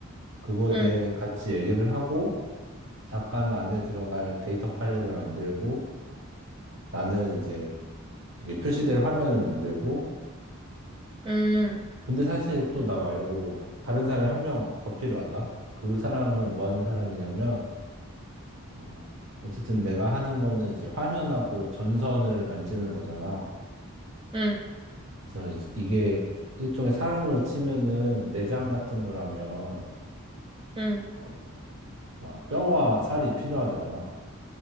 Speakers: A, on the right (about 55°); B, on the right (about 25°).
A: 그거에
B: 응,
A: 대해 같이 얘기를 하고 작가는 안에 들어갈 데이터 파일을 만들고 나는 이제 이게 표시될 화면을 만들고
B: 응,
A: 근데 사실 또 나 말고 다른 사람이 한 명 더 필요하다. 그 사람은 뭐 하는 사람이냐면, 어, 어쨌든 내가 하는 거는 이제 화면하고 전선을 만지는 거잖아.
B: 응,
A: 그래서 이제 이게 일종의 사람으로 치면은 내장 같은 거라면,
B: 응,
A: 어, 이제 뭐 뼈와 살이 필요하잖아.